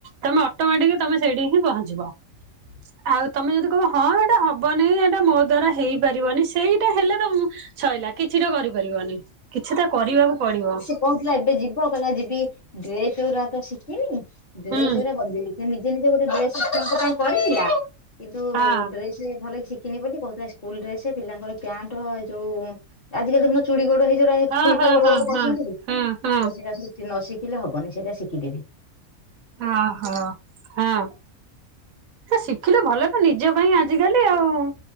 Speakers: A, on the right; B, on the left.
A: ତମେ ଅଟୋମେଟିକ୍ ତମେ ସେଇଠି ହିଁ ପହଞ୍ଚିବ। ଆଉ ତମେ ଯଦି କହିବ ହଁ ଏଟା ହବନି ଏଟା ମୋ ଦ୍ଵାରା ହେଇପାରିବନି ସେଇଟା ହେଲେ ତ ଉମ ସଇଲା, କିଛିତ କରିପାରିବନି। କିଛି ତ କରିବାକୁ ପଡିବ
B: ସେ କହୁଥିଲା ଏବେ ଯିବ, କହିଲା ଯିବି ଡ୍ରେସ ଗୁରା ତ ସିଖିନି ଡ୍ରେସ୍
A: ହୁଁ
B: ଗୁରା ଗଦେଇ ସେ ନିଜେ ନିଜେ ଗୋଟେ ଡ୍ରେସ୍ ଛୁଆଙ୍କ ପାଇଁ କରିଥିଲା କିନ୍ତୁ
A: ହଁ
B: ଡ୍ରେସ୍ ସେ ଭଲ କି ଶିଖିନି ବୋଲି କହୁଥିଲା ସ୍କୁଲ ଡ୍ରେସ୍ ପିଲାଙ୍କର ପ୍ୟାଣ୍ଟ ଯୋଉ ଆଜିକାଲି ଦେଖୁନ ଚୁଡ଼ି ଗୋଡ ହେଇ ଯୋଉଗୁରା
A: ହଁ
B: ଫୁଲକା
A: ହଁ
B: ଗୋଡ
A: ହଁ
B: ଗୋଡ କରୁଛନ୍ତି
A: ହଁ ହଁ ହଁ
B: ସେ ନ ଶିଖିଲେ ହବନି ସେଇଟା ଶିକିଦେବି।
A: ଓହୋ ହଁ। ସେ ଶିଖିଲେ ଭଲ ନା ନିଜ ପାଇଁ ଆଜିକାଲି ଆଉ,